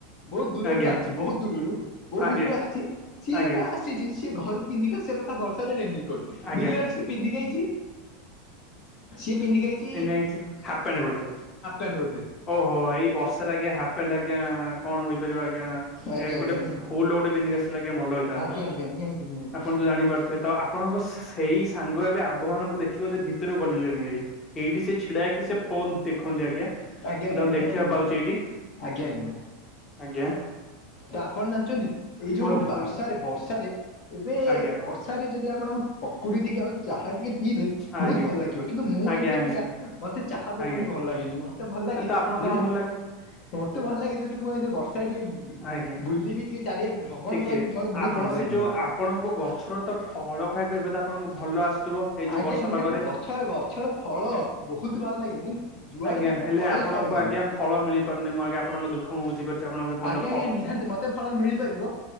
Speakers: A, on the left; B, on the left.
A: ବହୁତ୍ ଦୂରରୁ
B: ଆଜ୍ଞା
A: ଆସ୍ଛି। ବହୁତ୍ ଦୂରରୁ ବହୁତ୍
B: ଆଜ୍ଞା
A: ଦୂରରୁ ଆସ୍ଛି। ସିଏ
B: ଆଜ୍ଞା
A: ଗୋଟେ ଆସିଛି ସିଏ ଘରୁ ପିନ୍ଧିକି ଆସିଆକଥା ବର୍ଷାରେ ରେନିକୋଟ୍।
B: ଆଜ୍ଞା
A: ଦେଖିଲାଳୁ ସେଏ ପିନ୍ଧିକି ଆଇଛି
B: <unintelligible>
A: ସିଏ ପିନ୍ଧିକି ଆଇଛି
B: ହାପଣ୍ଡ୍ ଗୋଟେ
A: <unintelligible>
B: ଓହୋ ଏଇ ବର୍ଷରେ ଆଜ୍ଞା ହାପଣ୍ଟ୍ ଆଜ୍ଞା କଣ ହୋଇପାରିବ ଆଜ୍ଞା?
A: ଆଜ୍ଞା
B: ଏ
A: ଆଜ୍ଞା
B: ଗୋଟେ
A: ନିହାତି
B: ଫୁଲୋ୍ ଗୋଟେ ପିନ୍ଧିକି ଆସିଲା ଆଜ୍ଞା ଭଲ ହେଇଥାନ୍ତା।
A: ଆଜ୍ଞା ଆଜ୍ଞା ନିହାତି ନିହାତି
B: ଆପଣ ତ ଜାଣିପାରୁଥିବେ ତ, ଆପଣଙ୍କ ସେଇ ସାଙ୍ଗ ଏବେ ଆମ୍ଭ ମାନଙ୍କୁ ଦେଖି ବୋଧେ ଭିତରୁ <unintelligible> ଲେଣି ହେରି। ଏଇଠି ସେ ଛିଡାହେଇକି ସେ ଫୋନ ଦେଖନ୍ତି ଆଜ୍ଞା।
A: ଆଜ୍ଞାଜ୍ଞା
B: ମୁଁ ତାଙ୍କୁ
A: ନିହାତି
B: ଦେଖିବାକୁ
A: ନିହାତି
B: ପାଉଛି ଏଇଠି
A: ଆଜ୍ଞାଜ୍ଞା।
B: ଆଜ୍ଞା
A: ତ ଆପଣ ଜାଣିଛନ୍ତି ଏଇ ଯୋଉ
B: କୁହନ୍ତୁ
A: ବାଉର୍ଷାରେ
B: କୁହନ୍ତୁ।
A: ବର୍ଷାରେ ଏବେ
B: ଆଜ୍ଞା
A: ବର୍ଷାରେ ଯଦି ଆପଣ ପକୁଡି ଟିକେ ଆଉ ଚାହା ଟିକେ ପିଇବେ
B: ଆଜ୍ଞା
A: ବହୁତ୍ ଭଲ ଲାଗିବ, କିନ୍ତୁ ମୁଁ
B: ଆଜ୍ଞା
A: ଏମିତିଆ ପିଲା ମତେ ଚାହା ପକୁଡି
B: ଆଜ୍ଞା
A: ଭଲ ଲାଗେନି ମ। ତ ଭଲାଗେ
B: ଆଜ୍ଞା ଆପଣ
A: ଯଦି
B: କଣ ଭଲ ଲାଗେ
A: ମତେ ଭଲ ଲାଗେ ଯଦି ମୁଁଏଇନା ବର୍ଷା ଟିକେ <unintelligible>
B: ଆଜ୍ଞା।
A: ବୁଲିବି ଟିକେ ଚାରିଆଡ଼େ ଭ୍ରମଣ
B: ଟିକେ
A: କରିବି ମୋତେ ବହୁତ୍
B: ଆପଣ
A: ଭଲ
B: ସେ
A: ଲାଗିବ।
B: ଯୋଉ ଆପଣଙ୍କୁ ଗଛର ତ ଫଳ ଖାଇବାକୁ ଏବେ ତ ଆପଣଙ୍କୁ ଭଲ ଆସୁଥିବ। ଏଇ ଯୋଉ
A: ଆଜ୍ଞା
B: ବର୍ଷା
A: ନିହାତି
B: ପାଗରେ।
A: ଗଛ ଗଛର ଫଳ ବହୁତୁ ଭଲ ଲାଗେ। ମୁଁ ଯୁଆଡେ
B: ଆଜ୍ଞା
A: ଦେଖେ
B: ହେଲେ
A: ଫଳ
B: ଆପଣଙ୍କୁ
A: ହିଁ ଖାଏ ଖାଲି।
B: ଆଜ୍ଞା ଫଳ ମିଳିପାରୁନି ମୁଁ ଆଜ୍ଞା ଆପଣଙ୍କ ଦୁଃଖ ମୁଁ ବୁଝି ପାରୁଛି ଆପଣଙ୍କ ଏପନ୍ତ
A: <unintelligible> ନିହାତି ମତେ ଫଳ ମିଳିପାରିବ।